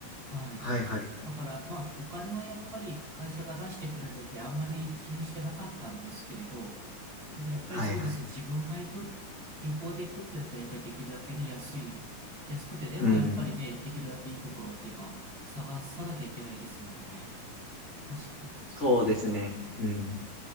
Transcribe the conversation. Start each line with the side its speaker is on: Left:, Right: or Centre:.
Right: はい。
Left: はいはい。
Right: だから、まあ、お金はやっぱり会社が出してくれるのであんまり気にしてなかったんですけれど、でもやっぱりそうですね、
Left: はいはい。
Right: 自分が行く、旅行で行くってなったらやっぱりできるだけね、安い、安くて、でもやっぱりね、
Left: うん。
Right: できるだけいいところっていうのは探さなきゃいけないですもんね。確かに、そっか。
Left: そうですね。うん。